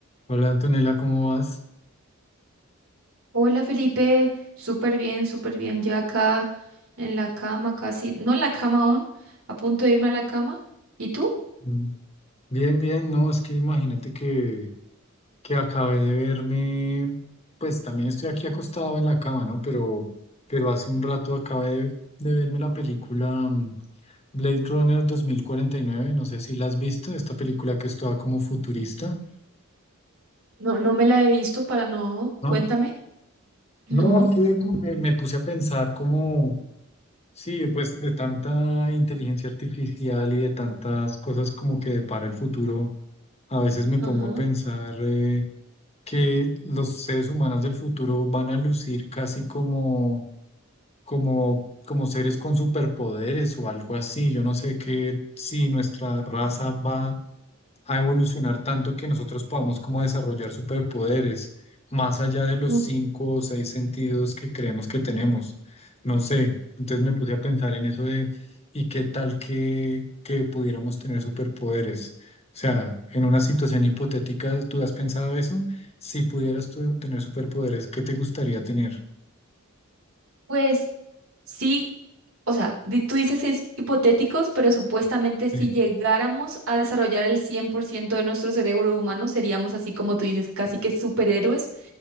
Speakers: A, on the left; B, on the right.
A: Hola Antonella, ¿cómo vas?
B: Hola Felipe, súper bien, súper bien. Ya acá en la cama, casi, no en la cama aún, a punto de irme a la cama. ¿Y tú?
A: Mm, Bien, bien, no, es que imagínate que, que acabé de verme, pues también estoy aquí acostado en la cama, ¿no? Pero, pero hace un rato acabé de, de verme la película mm, Blade Runner dos mil cuarenta y nueve. no sé si la has visto, esta película que es toda como futurista,
B: No, no me la he visto para no.
A: ¿no?
B: Cuéntame. No.
A: No, es que me, me puse a pensar como, sí, pues de tanta inteligencia artificial y de tantas cosas como que depara el futuro A veces me
B: Ajá.
A: pongo a pensar eh, que los seres humanos del futuro van a lucir casi como, como, como seres con superpoderes o algo así. Yo no sé que si nuestra raza va a evolucionar tanto que nosotros podamos como desarrollar superpoderes, más allá de los
B: Mm.
A: cinco o seis sentidos que creemos que tenemos. No sé, entonces me puse a pensar en eso de, ¿y qué tal que, que pudiéramos tener superpoderes? O sea, en una situación hipotética, ¿tú has pensado eso? Si pudieras tú tener superpoderes, ¿qué te gustaría tener?
B: Pues sí, o sea, di- tú dices es hipotéticos, pero supuestamente si
A: Sí.
B: llegáramos a desarrollar el 100% de nuestro cerebro humano, seríamos así como tú dices, casi que superhéroes.